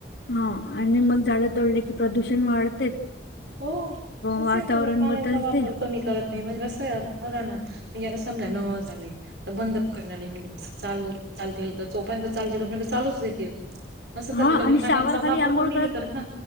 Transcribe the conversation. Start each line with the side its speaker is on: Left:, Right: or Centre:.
Left: हो आणि मग झाड तोडले की प्रदूषण वाढत.
Right: हो तसे
Left: वातावरण
Right: आहे म्हणजे पाण्याचा
Left: बदलते
Right: वापर कमी करत नाही म्हणजे कस आहे बघा ना, म्हणजे समजा झाले. तर बंद करणारी म्हणजे चालू चालतील तर जोपर्यंत चालतय तोपर्यंत चालूच दे. असं
Left: हा
Right: चालं म्हणजे
Left: आणि
Right: पाण्याचा
Left: शावर खाली
Right: वापर
Left: आंघोळ
Right: कमी नाही करत ना,